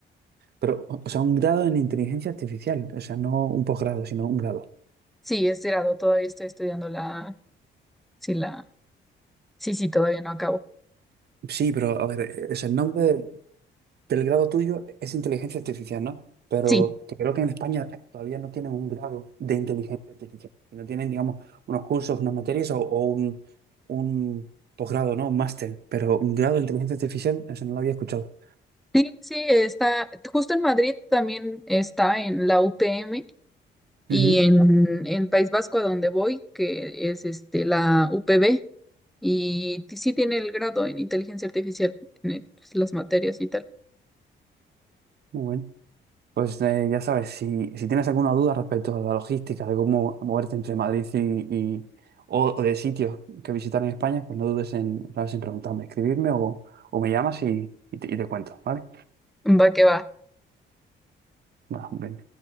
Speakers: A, on the right; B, in the centre.
A: Pero, o o sea, un grado en inteligencia artificial. O sea, no un posgrado, sino un grado.
B: Sí, es grado, todavía estoy estudiando la, sí, la, sí, sí, todavía no acabo.
A: Sí, pero a ver, es el nombre. Pero el grado tuyo es inteligencia artificial, ¿no? Pero
B: Sí,
A: que creo que en España todavía no tienen un grado de inteligencia artificial, no tienen, digamos, unos cursos, unas materias o, o un, un posgrado, ¿no? Un máster, pero un grado de inteligencia artificial, eso no lo había escuchado.
B: sí, sí, está, justo en Madrid también está en la UPM
A: Ujú,
B: Y en, en País Vasco, a donde voy, que es este, la UPB, y t- sí tiene el grado en inteligencia artificial, tiene pues, las materias y tal.
A: Muy bueno. Pues eh, ya sabes, si, si tienes alguna duda respecto a la logística, de cómo moverte entre Madrid y, y- o, o de sitios que visitar en España, pues no dudes en, sabes, en preguntarme, escribirme o, o me llamas y, y te, y te cuento, ¿vale?
B: Va que va.
A: Bueno, bien.